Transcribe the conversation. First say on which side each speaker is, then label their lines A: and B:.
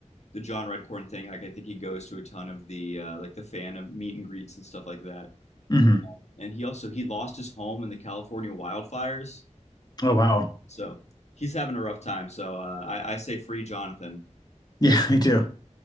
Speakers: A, on the left; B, on the left.
A: the John Redcorn thing. Like I think he goes to a ton of the uh, like the fan of meet and greets and stuff like that.
B: hmm
A: And he also he lost his home in the California wildfires
B: Oh wow.
A: So he's having a rough time. So uh, I, I say free Jonathan.
B: Yeah, <laughs> me too.